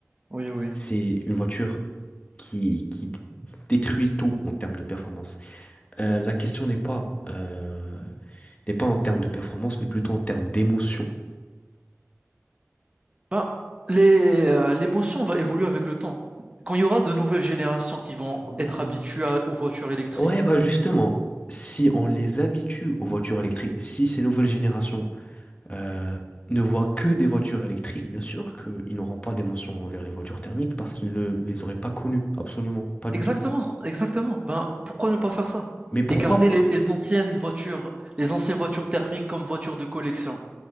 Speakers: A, on the right; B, on the left.
A: Oui, oui.
B: C'est une voiture qui, qui détruit tout en termes de performance. Euh, la question n'est pas, euh, n'est pas en termes de performance, mais plutôt en termes d'émotion.
A: Ben, les, euh, l'émotion va évoluer avec le temps. Quand il y aura de nouvelles générations qui vont
B: Hmm.
A: être habituées à- aux voitures électriques.
B: Ouais, bah justement, si on les habitue aux voitures électriques, si ces nouvelles générations euh, ne voient que des voitures électriques, bien sûr qu'ils n'auront pas des mentions envers les voitures thermiques parce qu'ils ne les auraient pas connues, absolument, pas du
A: Exactement,
B: tout.
A: exactement. Ben, pourquoi ne pas faire ça?
B: Mais pourquoi?
A: Et garder les, les anciennes voitures, les anciennes voitures thermiques comme voitures de collection,